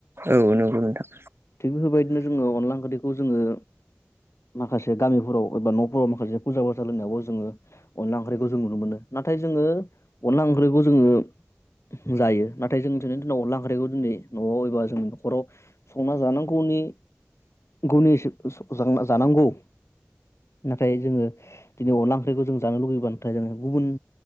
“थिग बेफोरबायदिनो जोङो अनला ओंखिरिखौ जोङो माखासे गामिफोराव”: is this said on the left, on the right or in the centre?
Left